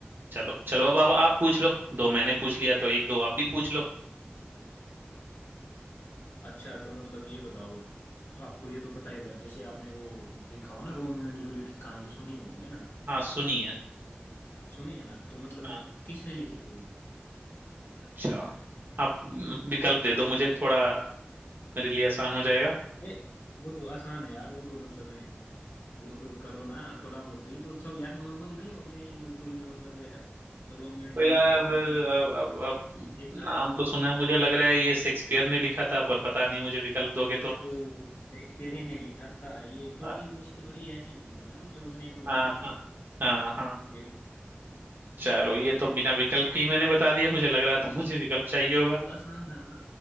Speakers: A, on the right (about 60°); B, on the left (about 75°).
A: चलो चलो अब अब आप पूछ लो दो मैंने पूछ लिया तो एक दो आप भी पूछ लो
B: अच्छा तो मतलब ये बताओ तो आपको ये तो पता ही होगा जैसे आपने वो देखा होगा ना रोमियो एंड जूलियट की कहानी तो सुनी होगी है ना
A: हाँ सुनिए
B: सुनी है ना तो मतलब
A: हाँ
B: वो किसने लिखी थी वो
A: अच्छा आप हम्म, विकल्प दे दो मुझे थोड़ा मेरे लिए आसान हो जाएगा
B: अरे वो तो आसान है यार वो तो मतलब है वो तो करो ना थोड़ा बहुत तो। ये तो सब यार नॉर्मल नहीं हो गया ये बिल्कुल में मतलब है, रोमियो एंड
A: तो
B: जूलियट
A: यार
B: तो आपने
A: अब, अब, अब
B: देखा
A: नाम
B: है मतलब
A: तो सुना है मुझे लग रहा है ये शेक्सपियर ने लिखा था पर पता नहीं मुझे विकल्प दोगे
B: बिल्कुल
A: तो
B: शेक्सपियर ही ने लिखा था ये क्योंकि
A: हाँ
B: वो स्टोरी ऐसी होती थी ना मतलब उसने तो बनाई
A: हाँ
B: थी
A: हाँ हाँ हाँ।
B: बिल्कुल
A: चलो ये तो बिना विकल्प के ही मैंने बता दिया मुझे लग रहा था मुझे विकल्प चाहिए होगा
B: बहुत आसान था ना